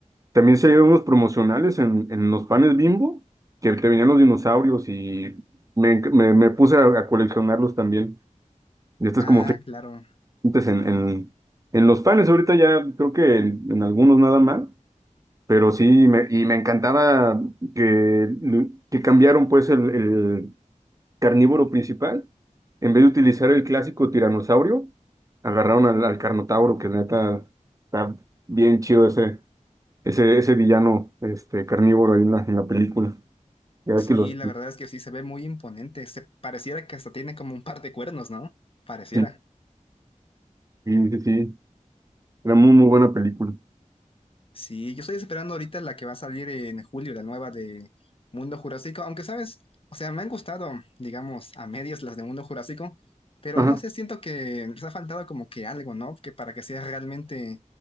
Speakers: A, on the right; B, on the left.
A: también salieron unos promocionales en, en los panes Bimbo, que te venían los dinosaurios y me, me, me puse a, a coleccionarlos también. Y estos
B: Ah,
A: como
B: claro.
A: frecuentes en, en, en los panes, ahorita ya creo que en, en algunos nada más, pero sí, me, y me encantaba que, que cambiaron pues el, el- carnívoro principal, en vez de utilizar el clásico tiranosaurio, agarraron al, al Carnotauro, que neta está bien chido ese, ese, ese villano este, carnívoro ahí en la, en la película. Ya ves
B: Sí,
A: que los...
B: la verdad es que sí se ve muy imponente. Se pareciera que hasta tiene como un par de cuernos, ¿no? Pareciera.
A: Sí, sí, sí, sí. Era muy, muy buena película.
B: Sí, yo estoy esperando ahorita la que va a salir en julio, la nueva de Mundo Jurásico, aunque sabes, o sea, me han gustado, digamos, a medias las de Mundo Jurásico, pero
A: Ajá.
B: no sé, siento que les ha faltado como que algo, ¿no? Que para que sea realmente,